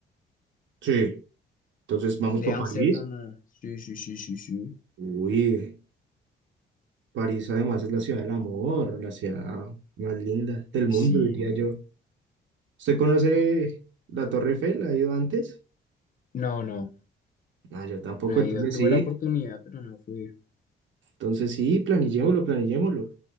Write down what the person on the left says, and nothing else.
De
Ámsterdam
a... Sí, sí, sí, sí, sí.
Sí.
No, no,
no he
ido. Tuve
la oportunidad, pero no fui.